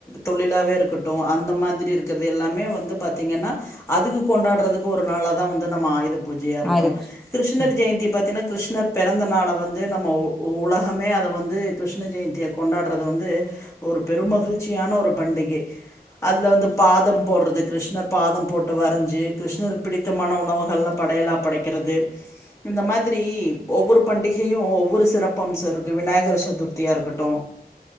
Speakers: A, on the left (about 15°); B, in the centre.
A: தொழிலாவே இருக்கட்டு அந்த மாதிரி இருக்கற்து எல்லாமே வந்து பாத்தீங்கன்னா அதுக்கு கொண்டாடுறதுக் ஒரு நாள தா வந்து நம்ம ஆயுத பூஜையா இருக்குரோ
B: ஆயுத பூஜ
A: கிருஷ்ணர்
B: ம்
A: ஜெயந்தி பாத்தீன்னா கிருஷ்ணர் பெறந்தனால வந்து நம்ம உ உ உலகமே அத வந்து கிருஷ்ண ஜெய்ந்திய கொண்டாடுறது வந்து ஒரு பெருமகிழ்ச்சியான ஒரு பண்டிகை அதுல வந்து பாதம் போடுறது கிருஷ்ணர் பாதம் போட்டு வரஞ்சு கிருஷ்ணருக் பிடித்தமான உணவுகள்ல படையலா படைக்குறது இந்த மாதிரி ஒவ்வொரு பண்டிகையு ஒவ்வொரு சிறப்பம்சோ இருக்கு விநாயகர் சதுர்த்தியா இருக்கட்டு